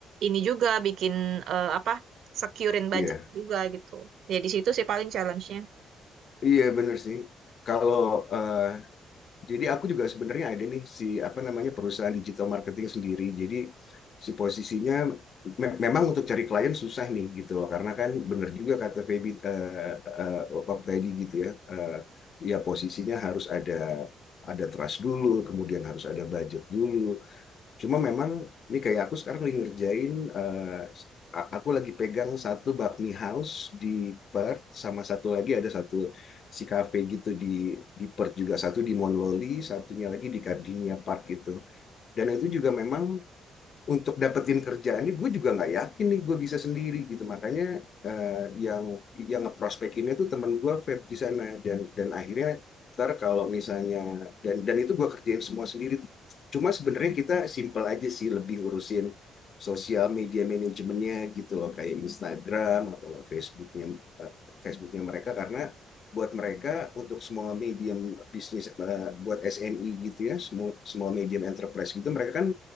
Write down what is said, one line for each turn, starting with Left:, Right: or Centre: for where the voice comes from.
Right: ini juga bikin eh, apa securein budget
Left: Iya,
Right: juga gitu. Ya di situ sih paling challenge-nya.
Left: iya benar sih. Kalau eh, Jadi aku juga sebenarnya ada nih si apa namanya perusahaan digital marketing sendiri. Jadi si posisinya me- memang untuk cari klien susah nih gitu loh karena kan bener juga kata Feby eh, eh, waktu tadi gitu ya. eh, ya posisinya harus ada ada trust dulu, kemudian harus ada budget dulu, Cuma memang ini kayak aku sekarang lagi ngerjain eh, a- aku lagi pegang satu bakmi house di Perth sama satu lagi ada satu si cafe gitu di di Perth juga satu di Monloli, satunya lagi di Gardenia Park gitu. Dan itu juga memang untuk dapetin kerjaan ini, gue juga nggak yakin nih gue bisa sendiri gitu makanya eh, yang yang ngeprospekinnya tuh teman gue vape di sana dan dan akhirnya ntar kalau misalnya dan dan itu gue kerjain semua sendiri cuma sebenarnya kita simple aja sih lebih ngurusin sosial media manajemennya gitu loh kayak Instagram atau nggak Facebooknya eh, Facebooknya mereka karena buat mereka untuk semua medium bisnis eh, buat SME gitu ya semua semua medium enterprise gitu mereka kan